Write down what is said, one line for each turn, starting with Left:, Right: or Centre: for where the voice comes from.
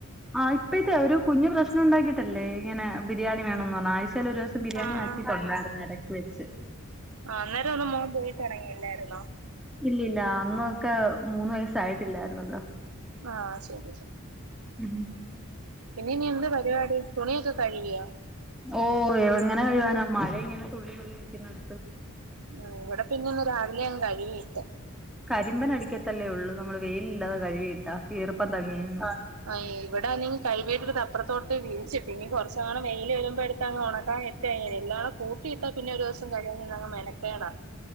Centre: ആ ഇപ്പ ഇത് ഒരു കുഞ്ഞു പ്രശ്നം ഉണ്ടാക്കിയിട്ടല്ലേ ഇങ്ങനെ ബിരിയാണി വേണംന്ന് പറഞ്ഞാ ആഴ്‌ച്ചാൽ ഒരു ബിരിയാണി
Right: ആ
Centre: ആക്കി
Right: ആ
Centre: <inaudible> തൊണ്ടായിരുന്നു ഇടക്ക വെച്ച്
Right: ആ അന്നേരം ഒന്ന് മോൻ പോോയി തുടങ്ങീല്ലാരുന്നോ
Centre: ഇല്ലില്ല അന്നൊക്കെ മൂന്ന് വയസ്സായിട്ടില്ലായിരുന്നല്ലോ
Right: ആഹ ശരി ശ <unintelligible>
Centre: <unintelligible>
Right: ഇനി എന്ത് പരിപാടി തുണിയൊക്കെ കഴുകിയോ
Centre: ഓ എങ്ങനെ കഴുവാനമഴ ഇങ്ങനെ തുള്ളി തുള്ളിയിരിക്കുന്നടുത്ത്
Right: ഉം ഇവിടെ പിന്നെ ഇന്ന് രാവിലെ ഞാൻ കഴികിട്ട്
Centre: കരിമ്പൻ അടിക്കത്തല്ലേ ഉള്ളൂ നമ്മള് വെയിലില്ലാതെ കഴവിയിട്ടാ ഈർപ്പം തങ്ങിന്ന് ആ
Right: ആ ഇവിടെ ആണെങ്കി കഴിവിട്ട് എടുത്തപ്പറത്തോട്ട് വിരിച്ചിട്ട് ഇനി കൊറച്ചോണം വെയിൽ വരുമ്പോ എടുത്ത് ങ്ങട്ട് ഒണക്കാനിട്ട്കഴിഞ്ഞാ എല്ലാ കൂട്ടയിട്ടാ പിന്നെ ഒരു ദിവസം കഴിഞ്ഞ ഇതങ്ങു മെനക്കേടാ